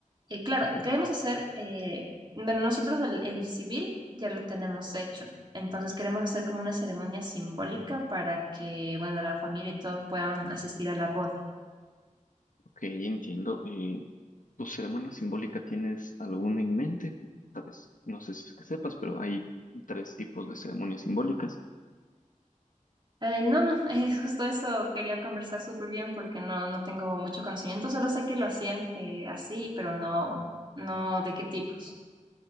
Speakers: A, on the right; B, on the left.
A: Eh, claro,
B: Ok,
A: queremos hacer, eh, bueno, nosotros el, el civil ya lo tenemos hecho, entonces queremos hacer como una ceremonia simbólica para que, bueno, la familia y todos puedan asistir a la boda.
B: ok, entiendo. Eh, ¿tu ceremonia simbólica tienes alguna en mente? Sabes, no sé si es que sepas, pero hay tres tipos de ceremonias simbólicas.
A: Eh, no, no, <laughs> es justo eso quería conversar súper bien porque no, no tengo mucho conocimiento, solo sé que lo hacían eh, así, pero no, no de qué tipos.